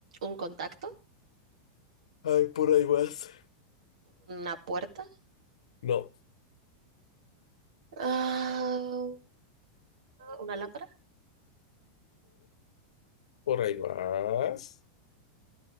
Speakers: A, on the right; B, on the left.
A: Un contacto,
B: Ay, por ahí vas.
A: una puerta,
B: No.
A: ah, una lámpara,
B: Por ahí vas.